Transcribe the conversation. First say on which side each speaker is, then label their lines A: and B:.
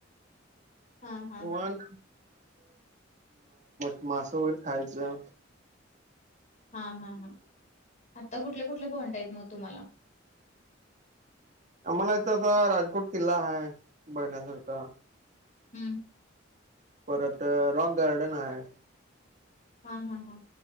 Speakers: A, on the left; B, on the right.
A: हा हा
B: होय.
A: हा
B: मासा वैगरे खायचं.
A: हा हा हा आता कुठले कुठले पॉईंट आहेत मग तुम्हाला
B: आम्हाला इथ आता राजकोट किल्ला आहे. बगन्या सारखा,
A: हम्म
B: परत रॉक गार्डन आहे.
A: हा हा हा